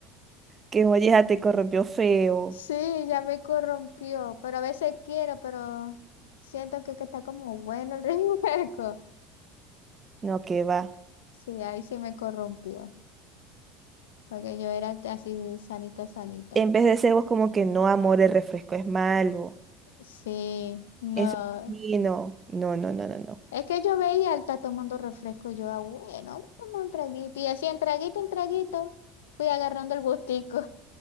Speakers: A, on the right; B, on the left.
A: Que oye, ya te corrompió feo.
B: Sí, ya me corrompió, pero a veces quiero, pero siento que, que está como bueno el <laughs> refresco.
A: No, que va.
B: Sí, ahí sí me corrompió. Porque yo era así sanita, sanita.
A: En vez de ser vos como que no, amor, el refresco es malo.
B: Sí, no.
A: Eso es dañino. No, no, no, no, no.
B: Es que yo veía, él está tomando refresco, yo, ah, bueno, vamos un traguito. Y así en traguito, en traguito, fui agarrando el gustico.